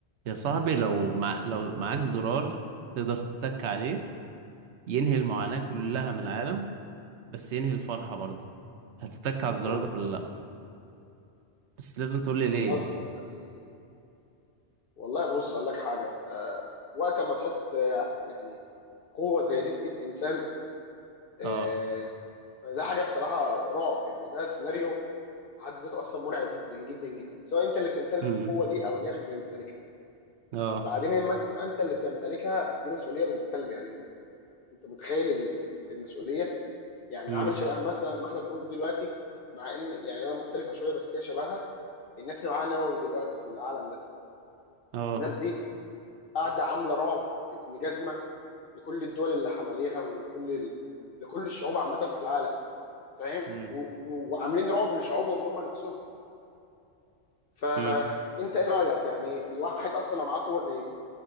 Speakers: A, on the right; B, on the left.
A: يا صاحبي لو مع... لو معاك زرار تقدر تتك عليه ينهي المعاناة كلها من العالم بس ينهي الفرحة برضه هتتك على الزرار
B: مم.
A: ده ولا لأ بس لازم تقول لي
B: والله
A: ليه
B: يا
A: يعني
B: صديقي والله بص اقول لك حاجه انت وقت ما تحط آه، يعني قوه زي دي في ايد انسان آه،
A: اه
B: فده حاجه بصراحه رعب يعني ده سيناريو في حد ذاته اصلا مرعب جدا جدا جدا سواء انت اللي بتمتلك
A: امم
B: القوه دي او غيرك بيمتلكها
A: اه
B: بعدين لما انت تبقى انت اللي بتمتلكها دي مسؤوليه بنت كلب يعني انت متخيل ال- المسؤوليه يعني
A: امم
B: عامل شبه مثلا ما احنا بنقول دلوقتي مع ان يعني هي مختلفه شويه بس هي شبهها الناس اللي معاها نووي دلوقتي في العالم ده
A: اه
B: الناس دي قاعده عامله رعب ابن جزمه لكل الدول اللي حواليها ولكل ال... لكل الشعوب عامه في العالم فاهم
A: امم
B: و... و- وعاملين رعب لشعوبهم هم نفسهم فانت
A: امم
B: ايه رايك يعني الواحد اصلا لو معاه قوه زي دي